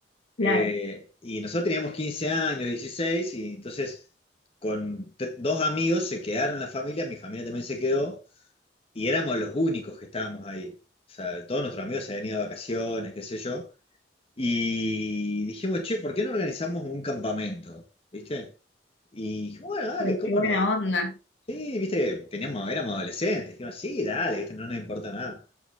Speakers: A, on the left; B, on the left.
A: Claro,
B: Eh, y nosotros teníamos 15 años, dieciséis y entonces con te- dos amigos se quedaron en la familia, mi familia también se quedó, y éramos los únicos que estábamos ahí. O sea, todos nuestros amigos se habían ido de vacaciones, qué sé yo. Y dijimos, che, ¿por qué no organizamos un campamento? ¿Viste? Y dijimos, bueno, dale,
A: uy,
B: ¿cómo
A: qué buena
B: no? Y,
A: onda.
B: sí, viste, teníamos, éramos adolescentes, dijimos, sí, dale, ¿viste? No nos importa nada.